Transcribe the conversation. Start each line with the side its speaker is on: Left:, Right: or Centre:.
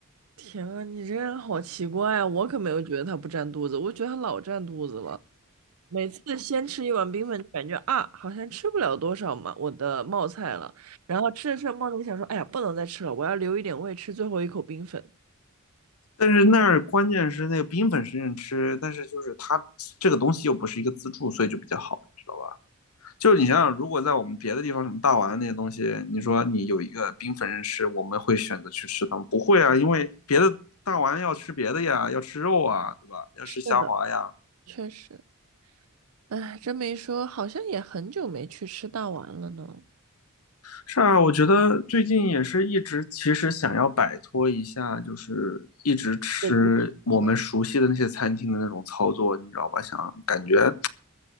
Right: 天啊，你这人好奇怪啊！我可没有觉得他不占肚子，我觉得他老占肚子了。每次先吃一碗冰粉，就感觉啊，好像吃不了多少嘛，我的冒菜了。然后吃着吃着冒菜想说，哎呀，不能再吃了，我要留一点胃吃最后一口冰粉。
Left: 但是那儿关键是那个冰粉是认吃，但是就是它这个东西又不是一个自助，所以就比较好，你知道吧？就是你想想，如果在我们别的地方，什么大丸那些东西，你说你有一个冰粉认吃，我们会选择去吃它们不会啊，因为别的大丸要吃别的呀，要吃肉啊，对吧？要吃虾滑呀。
Right: 是的，确实，哎，这么一说，好像也很久没去吃大碗了呢。
Left: 是啊，我觉得最近也是一直其实想要摆脱一下，就是一直吃我们熟悉的那些餐厅的那种操作，
Right: 对不？对吧？
Left: 你知道吧？想感觉